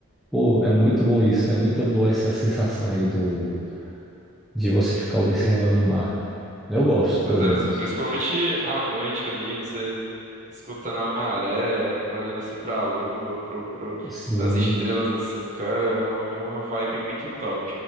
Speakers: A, in the centre; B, on the right (about 35°).
A: Pô, é muito bom isso. É muito boa essa sensação aí do, de você ficar observando o mar. Eu gosto,
B: com certeza.
A: pelo menos.
B: Principalmente à noite ali, você escutando a maré, olhando assim pra lua, pro, pro,
A: Sim.
B: as estrelas assim, cara, é, um- é uma vibe muito top.